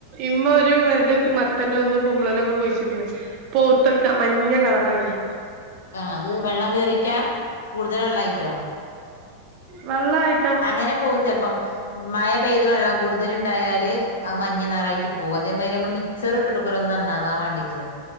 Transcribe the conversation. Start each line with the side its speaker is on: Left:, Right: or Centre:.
Right: ഇമ്മൊരു മെരെട് മത്തനൊന്നും കുമ്പളനൊന്നും കുയിച്ചിട്ടിന്ന്പക്ഷേ പൗത്തൊക്കെ മഞ്ഞ കളറായീന്.
Left: ആഹ് അത് വെള്ളം കേറീറ്റാ കൂടുതൽ വെള്ളായിറ്റൊ
Right: വെള്ളായി
Left: അങ്ങനെ പോകും ചെൽപ്പം. മയ പെയ്ത് വെള്ളം കൂടുതല്ണ്ടായല് ആഹ് മഞ്ഞ നാറായിറ്റ് പോകും അതേമാതിരി നമ്മൾ മി ച്ചറ്ട്ടോട്കൊല്ലോ ഒന്ന് നന്നാവവാണ്ടീറ്റ്